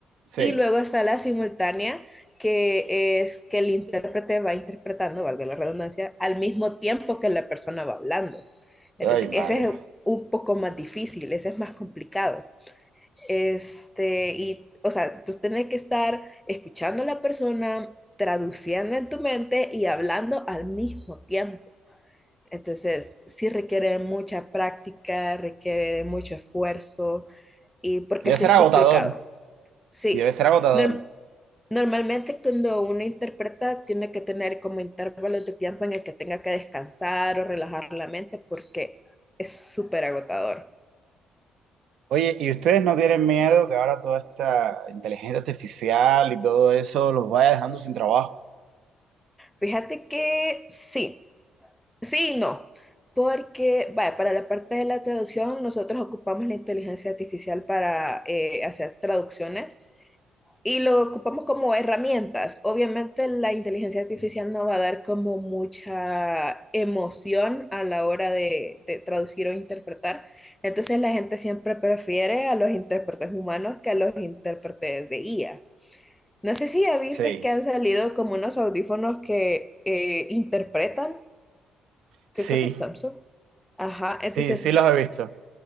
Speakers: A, on the right (about 80°); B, in the centre.
A: Sí.
B: Y luego está la simultánea, que es que el intérprete va interpretando, valga la redundancia, al mismo tiempo que la persona va hablando. Entonces,
A: Ay, madre.
B: ese es un poco más difícil, ese es más complicado. Este, y, o sea, pues tenés que estar escuchando a la persona, traduciendo en tu mente y hablando al mismo tiempo. Entonces, sí requiere mucha práctica, requiere mucho esfuerzo y porque
A: Debe
B: sí
A: ser
B: es
A: agotador
B: complicado. Sí,
A: y debe ser agotador.
B: no, Normalmente cuando uno interpreta tiene que tener como intervalos de tiempo en el que tenga que descansar o relajar la mente porque es súper agotador.
A: Oye, ¿y ustedes no tienen miedo que ahora toda esta inteligencia artificial y todo eso los vaya dejando sin trabajo?
B: Fíjate que sí, sí y no, porque vaya, para la parte de la traducción nosotros ocupamos la inteligencia artificial para eh, hacer traducciones y lo ocupamos como herramientas. Obviamente la inteligencia artificial no va a dar como mucha emoción a la hora de, de traducir o interpretar. Entonces la gente siempre prefiere a los intérpretes humanos que a los intérpretes de IA. No sé si ya viste
A: Sí,
B: que han salido como unos audífonos que eh, interpretan,
A: sí,
B: creo que de Samsung. Ajá, entonces
A: sí, sí los he visto.